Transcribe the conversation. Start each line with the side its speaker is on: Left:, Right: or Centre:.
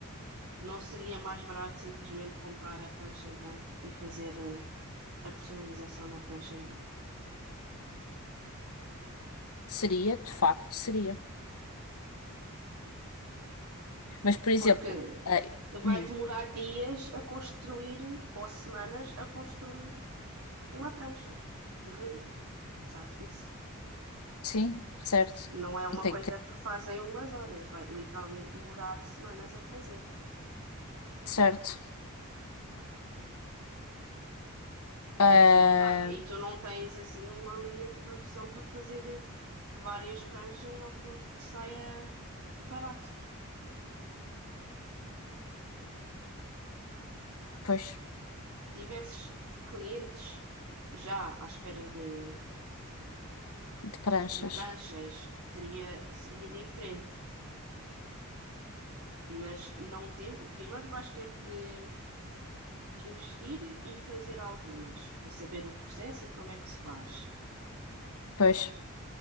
Right: não seria mais barato simplesmente comprar a prancha em branco e fazer. eh, a personalização na prancha em branco.
Left: Seria, de facto, seria. Mas, por exemplo,
Right: Porque
Left: ah, hum,
Right: vai demorar dias a construir, ou semanas a construir uma prancha de raiz. Sabes disso?
Left: sim, certo.
Right: Não é uma
Left: E tem
Right: coisa
Left: que,
Right: que tu fazes em umas horas, vai literalmente demorar semanas a fazer.
Left: certo. Ah,
Right: E tu não, tá, e tu não tens assim uma linha de produção para fazer várias pranchas ao ponto que saia barato. Se
Left: pois,
Right: tivesses clientes já à espera de,
Left: de pranchas.
Right: de pranchas, seria, seria diferente. Mas não tendo, primeiro vais ter de investir e fazer algumas para saber o processo e como é que se faz.
Left: Pois.